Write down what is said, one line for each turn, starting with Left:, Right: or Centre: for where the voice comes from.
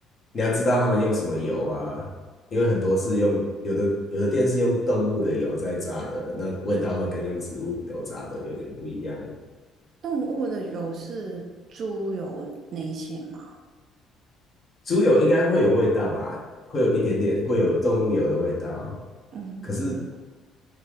Left: 你要知道他们用什么油啊，因为很多是用有的有的店是用动物的油在炸的，那味道会跟用植物油炸的有点不一样。
Right: 动物的油是猪油那一些吗？
Left: 猪油应该会有味道吧，会有一点点，会有动物油的味道。
Right: 嗯
Left: 可是